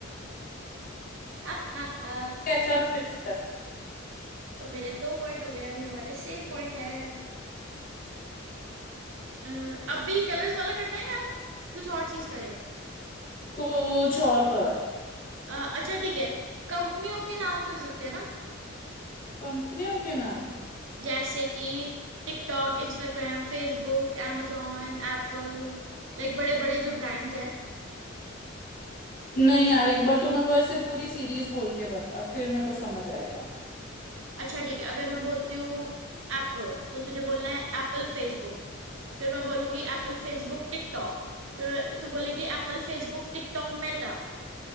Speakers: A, on the right (about 75°); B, on the left (about 45°).
A: हा हा हा
B: चल फिर से
A: तो मेरे दो पॉइंट हो गए अभी हमारे सेम पॉइंट है अ, अब भी कलर्स वाला करना है या कुछ और चीज करें
B: कुछ और कर
A: अ, अच्छा ठीक है कंपनियों के नाम कर सकते हैं ना
B: कंपनियों के नाम
A: जैसे कि TikTok Instagram Facebook amazon Apple Like बड़े बड़े जो ब्रांड्स हैं
B: नहीं यार एक बार तू मेरे को ऐसे पूरी सीरीज बोल के बता फिर मेरे को समझ आएगा
A: अच्छा ठीक है अगर मैं बोलती हूँ एप्पल तो तुझे बोलना है एप्पल फेसबुक फिर मैं बोलूंगी एप्पल फेसबुक टिकटॉक फिर तू बोलेगी एप्पल फेसबुक टिकटॉक मेटा